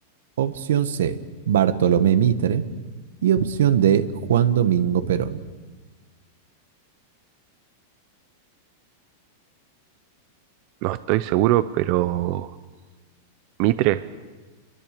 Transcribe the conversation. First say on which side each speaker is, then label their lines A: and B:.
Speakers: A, on the right; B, on the right.
A: Opción C, Bartolomé Mitre. Y opción D, Juan Domingo Perón.
B: No estoy seguro, pero... Mitre.